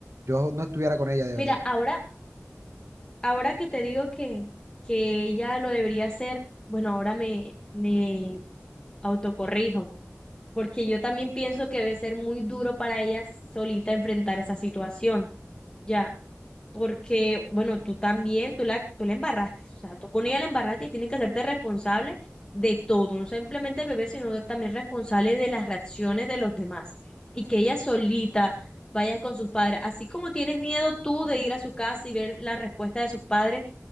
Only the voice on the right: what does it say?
yo no estuviera con ella de
verdad,